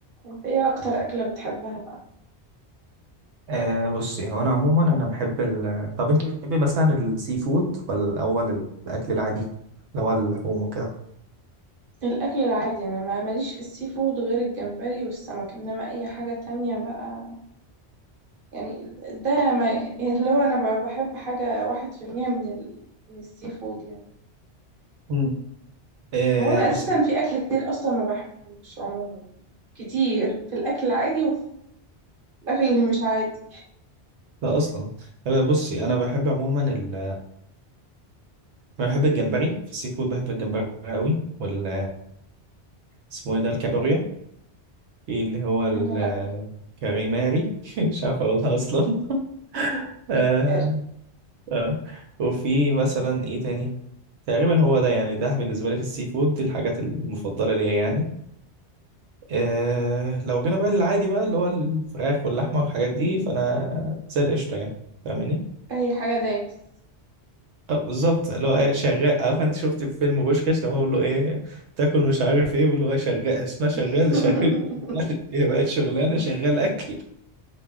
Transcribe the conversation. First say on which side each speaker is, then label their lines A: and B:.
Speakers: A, on the right; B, on the right.
A: انت ايه اكتر اكلة بتحبها بقى
B: أه بصي هو انا عموما انا بحب ال... طب انت بتحبي مثلا السي فود ولا الاول الاكل العادي اللي هو اللحوم وكده
A: الاكل العادي انا ما ماليش في السي فود غير الجمبري والسمك انما اي حاجة تانية بقى يعني ده ما <laughs> يعني اللي هو انا ب- بحب حاجة واحد في المية من ال... من السي فود يعني
B: مم. أه
A: هو انا
B: بصي
A: اساسا في اكل كتير اصلا ما بحبوش عموما يعني كتير في الاكل العادي وفي الاكل اللي مش عادي
B: ده اصلا أه بصي انا بحب عموما ال... انا بحب الجمبري في السي فود بحب الجمبري قوي وال اسمه ايه ده الكابوريا في اللي هو الكاريماري
A: انا لا
B: <laughs> مش عارف اقولها اصلا <laughs> آه
A: كلمار
B: آه. وفي مثلا ايه تاني تقريبا هو ده يعني ده بالنسبة لي في السي فود دي الحاجات المفضلة ليا يعني إيه لو جينا بقى للعادي بقى اللي هو الفراخ واللحمة والحاجات دي فأنا زي القشطة يعني فاهماني؟
A: اي حاجة دايس
B: اه بالظبط اللي هو ايه شغال عارف انت شفت في فيلم بوشكاش لما بيقول له ايه تاكل مش عارف ايه بيقول له ايه شغال اسمها شغال
A: <laughs>
B: <laughs> شغال شغال ايه بقت شغلانه شغال اكل